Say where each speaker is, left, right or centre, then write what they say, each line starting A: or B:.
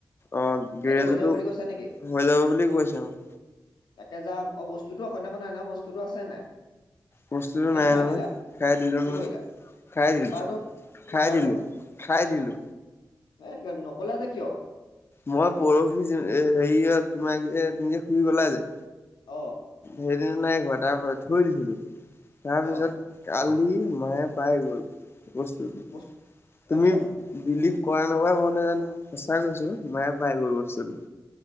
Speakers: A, on the left; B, on the left.
A: অ,
B: সিহঁতি
A: গিৰেজো
B: হৈ যাব বুলি কৈছে নেকি?
A: হৈ যাব বুলি কৈছে আৰু।
B: তাকে যাম অ, বস্তুতো সেইদিনাখন অনা বস্তুটো আছে নাই।
A: প্ৰস্তুতো
B: নে
A: নাই
B: খাই
A: নহয়
B: দিলা
A: খাই দিলোও
B: কি
A: নহয়।
B: কৰিলা
A: খাই দিলো
B: পেপাৰটো? পেপাৰটো
A: খাই দিলো খাই দিলো।
B: এই নকলা যে কিয়।
A: মই পৰহি হেৰিয়ত তোমাক যে তুমি শুই গলা যে।
B: অ,
A: সেইদিনা নাই ঘৰ তাৰপা থৈ দিছিলো তাৰপিছত।
B: অ',
A: কালি মায়ে পাই গ'ল বস্তুটো
B: বস্তু তাৰপিছত
A: তুমি। বিলিভ কৰা নকৰা কওঁ ন জানো সঁচাই কৈছো মায়ে পাই গৈ বস্তুটো।